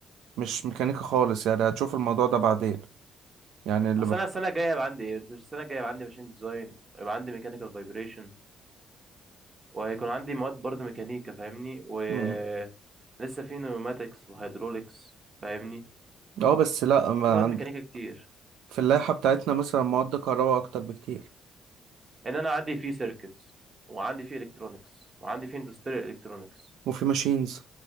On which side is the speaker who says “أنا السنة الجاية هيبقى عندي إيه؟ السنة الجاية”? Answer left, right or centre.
Right